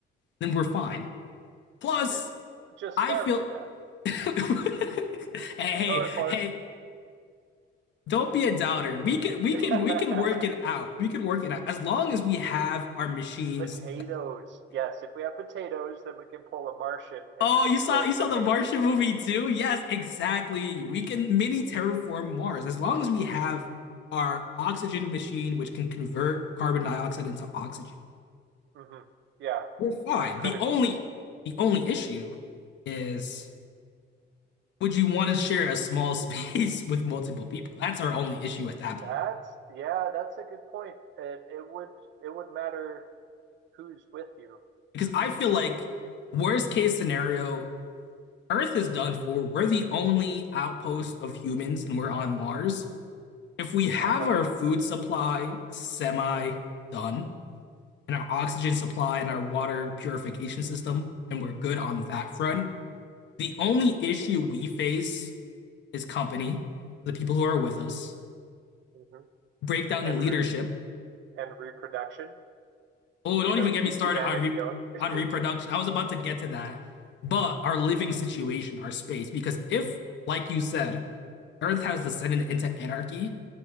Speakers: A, on the left; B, on the right.
A: then we're fine. Plus,
B: It just
A: I
B: starved
A: feel
B: to death,
A: <laughs> hey, hey,
B: or or
A: hey, don't be a doubter. We can we
B: <laughs>
A: can we can work it out. We can work it out as long as we have our machines
B: potatoes. Yes, if we have potatoes, then we can pull a Martian and
A: Oh,
B: just
A: you saw
B: grow
A: you
B: potatoes.
A: saw the Martian
B: <laughs>
A: movie too? Yes, exactly. We can mini terraform Mars as long as we have our oxygen machine, which can convert carbon dioxide into oxygen.
B: hmm Yeah,
A: We're fine.
B: yeah. Critical
A: The only
B: system.
A: the only issue is would you want to share a small <laughs> space with multiple people? That's our only issue at that point.
B: That's yeah. That's a good point. It it would it would matter who's with you.
A: Because I feel like worst case scenario, Earth is done for. We're the only outpost of humans and we're on Mars. If we have
B: Uh-huh.
A: our food supply semi done and
B: hmm
A: our oxygen supply and our water purification system, and we're good on that front, the only issue we face is company, the people who are with us,
B: hmm
A: breakdown
B: And
A: in leadership.
B: re and reproduction,
A: Oh, don't
B: you know,
A: even get
B: keep
A: me started
B: humanity
A: on re
B: going.
A: on reproduction.
B: <laughs>
A: I was about to get to that, but our living situation, our space, because if, like you said, Earth has descended into anarchy,